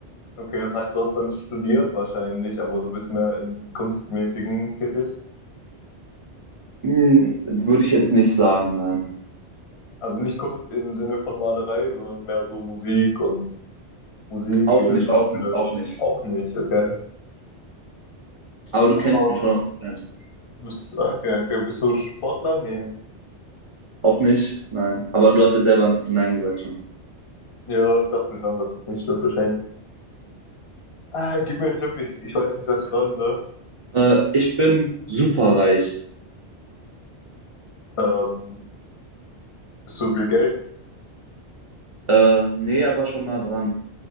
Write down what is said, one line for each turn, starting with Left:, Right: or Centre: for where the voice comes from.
Left: Okay, das heißt, du hast dann studiert wahrscheinlich, aber du bist mehr in Kunstmäßigen tätig.
Right: Hm, würde ich jetzt nicht sagen, nein.
Left: Also nicht Kunst im Sinne von Malerei, sondern mehr so Musik und Musik,
Right: Auch
Left: äh,
Right: nicht,
Left: Schauspieler
Right: auch nicht, auch nicht.
Left: auch nicht, okay.
Right: Aber du
Left: Oh,
Right: kennst mich 100%.
Left: du bist, okay, okay, bist du Sportler? Nee.
Right: Auch nicht, nein. Aber du hast ja selber Nein gesagt schon.
Left: Ja, ich dachte mir schon, dass es nicht stimmt wahrscheinlich. Ah, gib mir einen Tipp, ich, ich weiß nicht, was ich fragen soll.
Right: Äh, ich bin superreich.
Left: Ähm, Bist du Bill Gates?
Right: Äh, nee, aber schon nah dran.